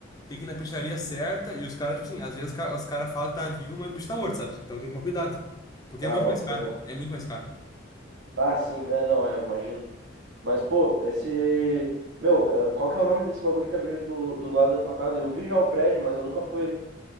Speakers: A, on the left (about 20°); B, on the right (about 80°).
A: tem que ir na peixaria certa e os caras, tipo assim, às vezes os ca- os caras falam que tá vivo, mas o bicho tá morto, sabe? Então tem que tomar cuidado. Porque
B: Ah,
A: é muito
B: bota
A: mais caro,
B: fé.
A: meu. É muito mais caro.
B: Ah, sim, né? Não, é, imagino. Mas, pô, esse. Meu, é, qual que é o nome desse bagulho que abriu do, do lado da tua casa? Eu vi já o prédio, mas eu nunca fui ali.